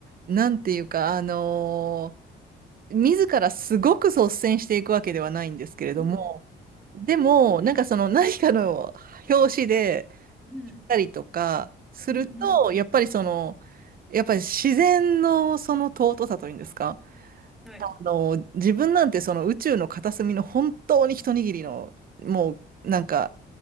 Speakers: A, on the right; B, in the centre.
A: なんていうか、あのー自らすごく率先していくわけではないんですけれども、
B: うん
A: でも、
B: うん
A: なんかその何かの表紙で
B: うんうん
A: 行ったりとかすると、
B: うんうんうん
A: やっぱりその、やっぱり自然のその尊さというんですか
B: うんはい。
A: あの、自分なんてその宇宙の片隅の本当に一握りの、もうなんか